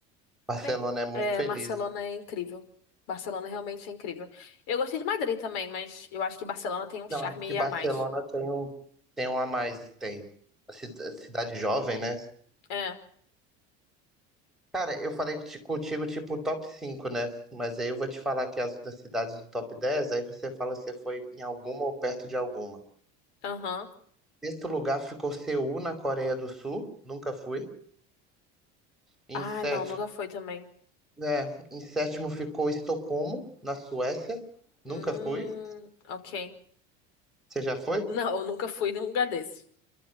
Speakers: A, in the centre; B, on the left (about 80°).
A: Barcelona
B: Bem,
A: é muito
B: é,
A: feliz.
B: Barcelona é incrível. Barcelona realmente é incrível. Eu gostei de Madrid também, mas eu acho que Barcelona tem um charme
A: Não, acho que Barcelona
B: a mais.
A: tem um, tem um a mais, tem. A cida- cidade jovem, né?
B: É,
A: Cara, eu falei ti- contigo tipo top 5, né? Mas aí eu vou te falar aqui as outras cidades do top 10, aí você fala se foi em alguma ou perto de alguma.
B: aham.
A: Sexto lugar ficou Seul, na Coreia do Sul, nunca fui. Em
B: Ah,
A: sétimo,
B: não, nunca fui também.
A: né? Em sétimo ficou Estocolmo, na Suécia, nunca
B: Hum,
A: fui.
B: ok.
A: Você já foi?
B: Não, eu nunca fui em um lugar desse.